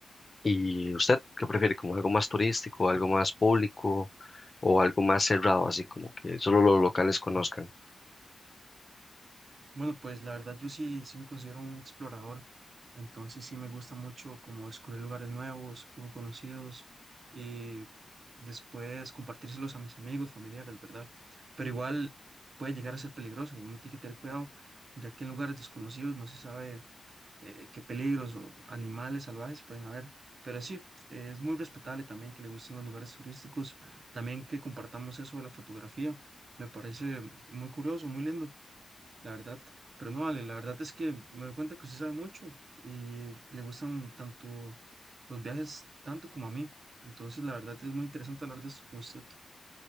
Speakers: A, on the left; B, on the right.
A: ¿Y usted qué prefiere? ¿Como algo más turístico, algo más público o algo más cerrado, así como que solo los locales conozcan?
B: Bueno, pues la verdad yo sí, sí me considero un explorador, entonces sí me gusta mucho como descubrir lugares nuevos, poco conocidos y después compartírselos a mis amigos, familiares, ¿verdad? Pero igual puede llegar a ser peligroso, uno tiene que tener cuidado, ya que en lugares desconocidos no se sabe eh, qué peligros o animales salvajes pueden haber, pero sí, eh, es muy respetable también que le gusten los lugares turísticos, también que compartamos eso de la fotografía, me parece muy curioso, muy lindo la verdad. Pero no vale, la verdad es que me doy cuenta que usted sabe mucho y le gustan tanto los viajes, tanto como a mí. Entonces, la verdad es muy interesante hablar de esto con usted.